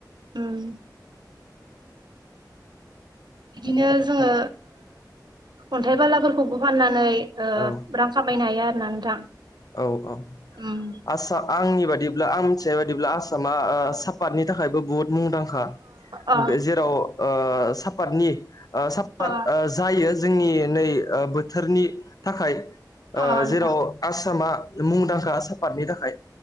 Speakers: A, on the right; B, on the left.
A: उम बिदिनो जोङो अन्थाइ बालाफोरखौबो फाननानै
B: औ
A: रां खामायनो हाया आरो ना नोंथां
B: औ औ
A: उम
B: आसा आंनि बादिब्ला आं मिथिनाय बादिब्ला आ मा
A: अ
B: सापातनि थाखायबो बुहुत मुंदांखा
A: अ
B: जेराव साफादनि साफाद
A: अ
B: जायो जोंनि नै बोथोरनि थाखाय
A: अ नोंथां
B: जेराव आसामा मुंदांखा साफादनि थाखाय